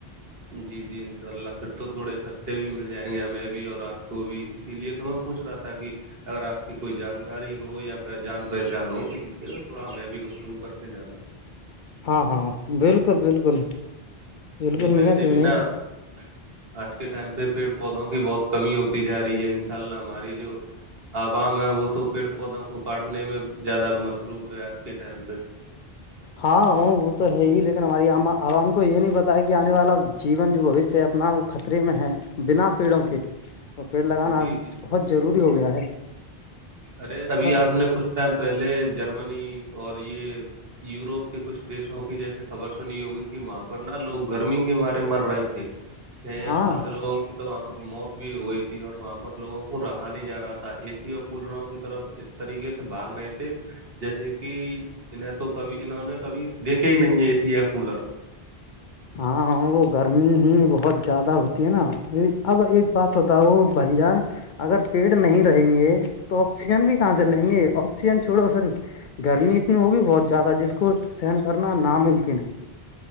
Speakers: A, on the right; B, on the left.
A: جی جی انشاء اللہ پھر تو تھوڑے سستے بھی مل جائیں گے ہمیں بھی اور آپ کو بھی اسی لیے تو ہم پوچ رہا تھا کہ اگر آپ کی کوئی جانکاری ہو یا پھر جان پہچان ہو کسی کے تھوڑا ہمیں بھی گفتگ کر کے جانا
B: ہاں ہاں بالکل بالکل بالکل
A: جی
B: میاں
A: ویسے
B: کیوں
A: بھی
B: نہیںئی
A: نا آج کے ٹائم پہ پیڑ پودوں کی بہت کمی ہوتی جا رہی ہے ان شاء اللہ ہماری جو عوام ہے وہ تو پیڑ پودوں کو کاٹنے میں زیادہ مصروف ہے آج کے ٹائم پہ
B: ہاں وہ تو ہے ہی لیکن ہماری ع عوام کو یہ نہیں پتا ہے کہ آنے والا جیون جو بھشیہ ہے اپنا خطرے میں ہے بنا پیڑوں کے اور پیڑ لگانا
A: جی جی
B: بہت ضروری ہو گیا ہے
A: ارے ابھی
B: اور
A: آپ نے کچھ ٹائم پہلے جرمنی اور یہ یوروپ کے کچھ دیشوں کی جیسے خبر سنی ہوگی کہ ماںپ پر نہا لوگ گرمی کے مارے مر رہے تھے چھ یا
B: ہاں
A: سات لوگوں کی تو وہاں پر موت بھی ہو گئی تھی اور وہاں پر لوگوں کو رہا نہیں جا رہا تھا اے سی اور کولروں کی طرف اس طریقے سے بھاگ رہے تھے جیسے کہ نیں تو کبھی انہوں نے کبھی دیکھے ہی نہیں ہے ای سی یہ کولر
B: ہاں وہ گرمی ہی بہت زیادہ ہوتی ہے نا اب ایک بات بتاؤ بھائی جان اگر پیڑ نہیں رہیں گے تو آکسیجن بھی کہاں سے لیں گے آکسیجن چھوڑو پھر گرمی اتنی ہوگی بہت زیادہ جس کو سہن کرنا ناممکن ہے